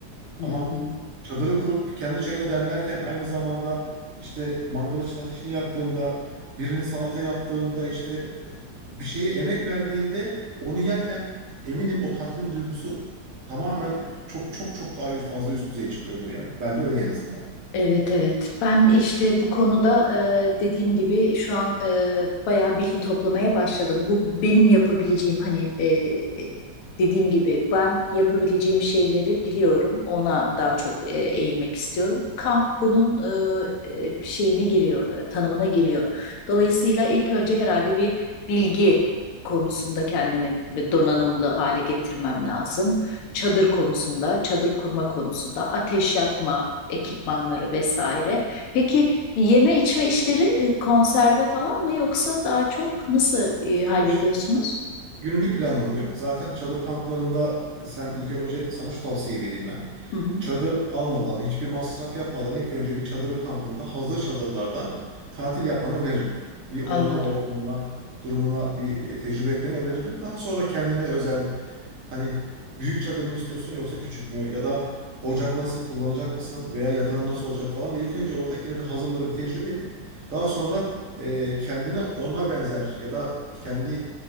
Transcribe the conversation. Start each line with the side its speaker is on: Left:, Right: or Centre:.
Left: Hı
Right: Ama
Left: hı.
Right: çadırı kurup kendi çayını demlerken aynı zamanda işte mangal için ateşini yaktığında, birinin salata yaptığında işte e, bir şeye emek verdiğinde onu yerken eminim o tatmin duygusu tamamen çok çok çok daha fazla üst düzeye çıkıyordur yani. Ben de öyle en azından.
Left: Evet evet ben işte bu konuda e, dediğim gibi şu an e, bayağı bilgi toplamaya başladım. Bu benim yapabileceğim hani e, e, dediğim gibi ben yapabileceğim şeyleri biliyorum. Ona daha çok e, eğilmek istiyorum. Kamp bunun e, e, şeyine giriyor, e, tanımına giriyor. Dolayısıyla ilk önce herhalde bir bilgi konusunda kendimi donanımlı hale getirmem lazım çadır konusunda, çadır kurma konusunda, ateş yakma, ekipmanları vesaire. Peki yeme içme işleri e, konserve falan mı yoksa daha çok nasıl e,
Right: Hayır.
Left: hallediyorsunuz?
Right: Günlük planlanıyor. Zaten çadır kamplarında e, sen ilk önce sana şu tavsiyeyi vereyim ben.
Left: Hı hı,
Right: Çadır almadan, hiçbir masraf yapmadan ilk önce bir çadırı kampında hazır çadırlardan tatil yapmanı öneririm. Bir oranın
Left: anladım.
Right: ortamına, durumuna bir e, tecrübe etmeni öneririm. Daha sonra kendine özel hani büyük çadır mı istiyorsun yoksa küçük mü ya da ocak nasıl kullanacak mısın veya yatağın nasıl olacak falan diye ilk önce oradakileri hazırları bir tecrübe edip daha sonra e, kendine ona benzer ya da kendi